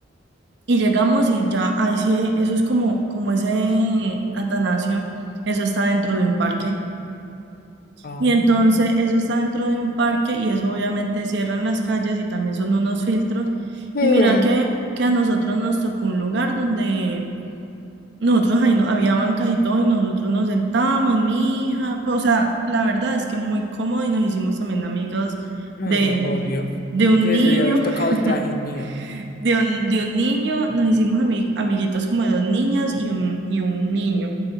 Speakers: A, on the right; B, on the left.
A: y llegamos y ya, ahí sí, eso es como, como ese Atanasio, eso está dentro de un parque.
B: Ah,
A: Y entonces eso está dentro de un parque y eso obviamente cierran las calles y también son unos filtros.
B: Mm.
A: Y mira que, que a nosotros nos tocó un lugar donde nosotros ahí no, había bancas y todo y nosotros nos sentábamos, mi hija, o sea, la verdad es que muy cómodo y nos hicimos también amigos
B: ay,
A: de,
B: lo odio.
A: de
B: Les
A: un niño.
B: debió haber tocado
A: <laughs>
B: el trajín mío.
A: de un, de un niño, nos hicimos ami- amiguitos como de dos niñas y un, y un niño.